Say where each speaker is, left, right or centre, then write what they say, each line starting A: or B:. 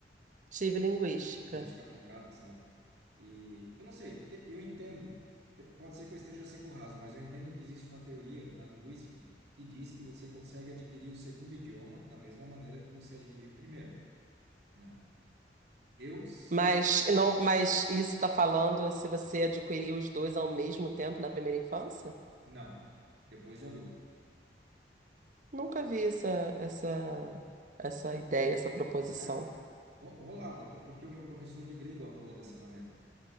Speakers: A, on the right; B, on the right.
A: Tive linguística.
B: linguística aplicada, sei lá. E eu não sei, te- eu entendo, pe- pode ser que eu esteja sendo raso, mas eu entendo que existe uma teoria na linguística que diz que você consegue adquirir o segundo idioma da mesma maneira que você adquiriu o primeiro, né? Eu sempre
A: Mas não, mas isso tá falando se você adquiriu os dois ao mesmo tempo na primeira infância?
B: não, depois de adulto.
A: Nunca vi essa essa essa ideia, essa proposição.
B: É, ro- rolava, t- porque o meu professor de grego atuou dessa maneira.